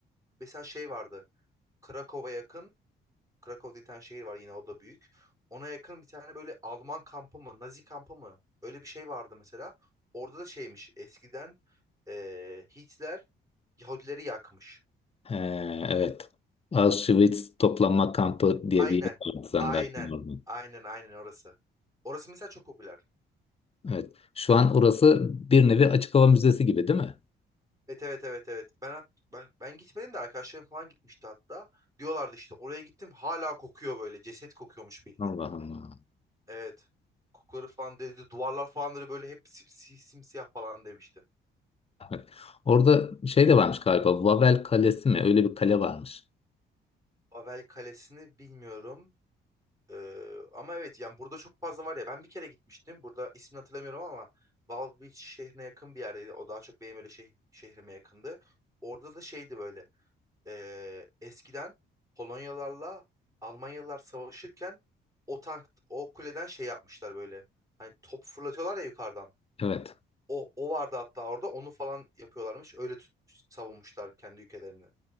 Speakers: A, on the right; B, on the left.
A: mesela şey vardı. Krakow'a yakın, Krakow diye bir tane şehir var yine o da büyük. Ona yakın bir tane böyle Alman kampı mı, Nazi kampı mı? Öyle bir şey vardı mesela. Orada da şeymiş eskiden eee, Hitler Yahudileri yakmış.
B: He, evet. Auschwitz toplama kampı diye
A: Aynen.
B: bir yer vardı zannedersin
A: Aynen.
B: orada.
A: Aynen aynen orası. Orası mesela çok popüler.
B: Evet. Şu an orası bir nevi açık hava müzesi gibi değil mi?
A: Evet evet evet evet. Ben hat- ben, ben gitmedim de arkadaşlarım falan gitmişti hatta. Diyorlardı işte oraya gittim hala kokuyor böyle. Ceset kokuyormuş bildiğin.
B: Allah Allah.
A: Evet. Kokuları falan dedi. Duvarlar falan da böyle hep simsi- simsiyah falan demişti.
B: Evet. Orada şey de varmış galiba. Vavel Kalesi mi? Öyle bir kale varmış.
A: Babel Kalesi'ni bilmiyorum. Ee, ama evet yani burada çok fazla var ya. Ben bir kere gitmiştim. Burada ismini hatırlamıyorum ama Valby şehrine yakın bir yerdeydi. O daha çok benim öyle şeh- şehrime yakındı. Orada da şeydi böyle. Ee, eskiden Polonyalarla Almanyalılar savaşırken o tank o kuleden şey yapmışlar böyle. Hani top fırlatıyorlar ya yukarıdan.
B: Evet.
A: O o vardı hatta orada onu falan yapıyorlarmış. Öyle tut, savunmuşlar kendi ülkelerini.